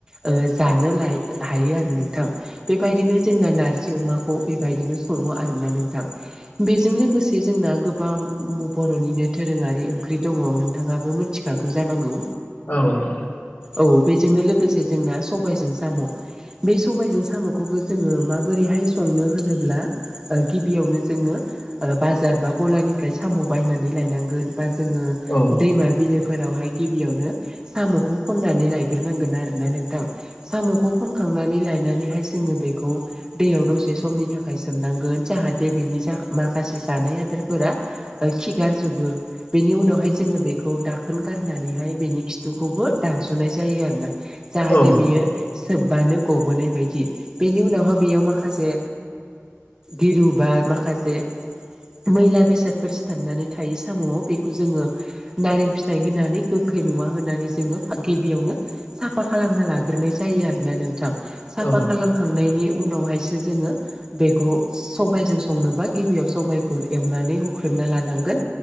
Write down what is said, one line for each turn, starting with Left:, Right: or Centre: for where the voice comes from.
Right: जानो लायो हायो आरो नोंथां बेबायदिनो जोंना नारजि अमाखौ बेबायदिनो सङो आरोना नोंथां बेजों लोगोसे जे जोंना गोबां बर'निनो दोरोङारि ओंख्रि दङ नोंथाङाबो मिथिखागौ जानांगौ
Left: औ औ
Right: औ बेजोंनो लोगोसे जोंना सबायजों साम' बे सबायजों साम'खौबो जोङो माबोरैहाय संनो होनोब्ला ओ गिबियावनो जोङो बाजार बा गलानिफ्राय साम' बायनानै लायनांगोन बा जोङो
Left: औ
Right: दैमा बिलोफोरावहाय गिबियावनो साम'खौ खननानै लायग्रोनांगोन आरोना नोंथां। साम'खौ खनखांनानै लायनानैहाय जोङो बेखौ दैयाव दसे समनि थाखाय सोमनांगोन जाहाथे बेनि जा माखासे जानाय आदारफोरा खिगारजोबो बेनि उनावहाय जोङो बेखौ दाखोन गारनानैहाय बेनि खिथुखौबो दानस'नाय जायो आरोना जाहाथे
Left: औ
Right: बियो सोबबानो गबोनाय बायदि बेनि उनावहाय बेयाव माखासे गिरु बा माखासे मैला बेसादफोर सिथाबनानै थायो साम'आव बेखौ जोङो नारें फिथाइ होनानै गोखै मुवा होनानै जोङो गिबियावनो साफा खालामना लाग्रोनाय जायो आोोना नोंथां साफा
Left: औ
Right: खालाम खांनायनि उनावहायसो जोङो बेखौ सबायजों संनोबा गिबियाव सबखौ एवनानै हुख्रेमना लानांगोन।